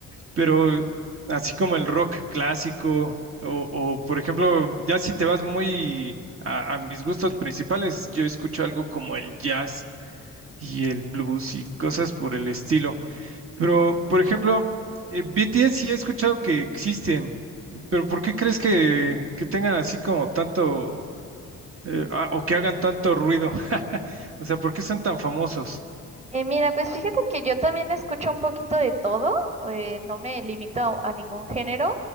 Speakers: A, on the right; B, on the right.
A: Pero así como el rock clásico, o, o, por ejemplo, ya si te vas muy a, a mis gustos principales, yo escucho algo como el jazz y el blues y cosas por el estilo. Pero, por ejemplo, eh, BTS sí he escuchado que existen, pero ¿por qué crees que, que tengan así como tanto, eh, ah, o que hagan tanto ruido? <laughs> O sea, ¿por qué son tan famosos?
B: Eh, mira, pues fíjate que yo también escucho un poquito de todo, eh, no me limito a, a ningún género,